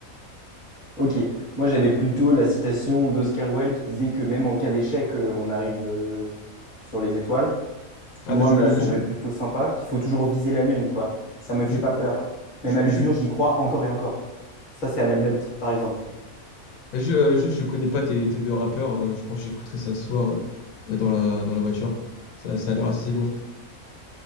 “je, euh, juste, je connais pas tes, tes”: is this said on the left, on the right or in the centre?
Left